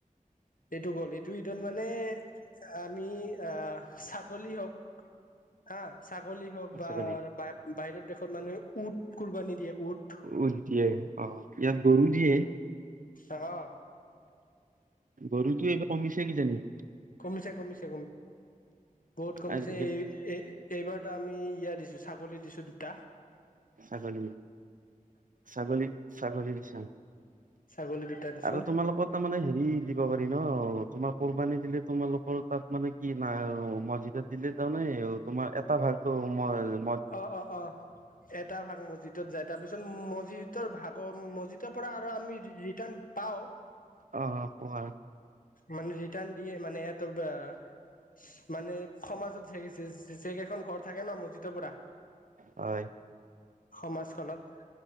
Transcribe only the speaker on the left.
এইটো গ'ল এইটো ঈদত মানে আমি আহ ছাগলী হওক হা হলি হওক
বা বাহিৰত দেশত মানুহে উট কুৰবানী দিয়ে, উট।
অ'হ।
কমিছে কমিছে। বহুত কমিছে।
এই, এই এইবাৰতো আমি ইয়া দিছো। ছাগলী দিছো দুটা।
ছাগলী দুটা দিছো
অ', অ', অ', এট এটা ভাগ মছজিদত যায় তাৰপিছত মছজিদৰ ভাগৰ মছজিদ পৰা আৰু আমি ৰিটাৰ্ণ পাওঁ।
মানে ৰিটাৰ্ণ দিয়ে। মানে এহেঁতক আহ মানে সমাজতছে যেকেইখন ঘৰ থাকে ন মজজিদৰ পৰা।
সমাজখনত,